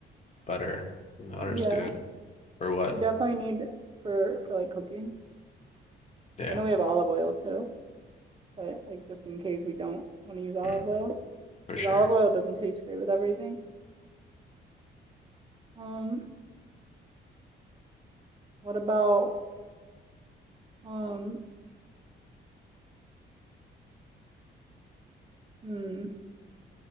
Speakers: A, on the left; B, on the right.
A: Butter. Butter's
B: Yeah.
A: good. Or what?
B: We definitely need for for like cooking.
A: Yeah,
B: I know we have olive oil too, but like just in case we don't want to use olive
A: mm,
B: oil
A: for
B: cuz
A: sure.
B: olive oil doesn't taste great with everything. Um what about um hmm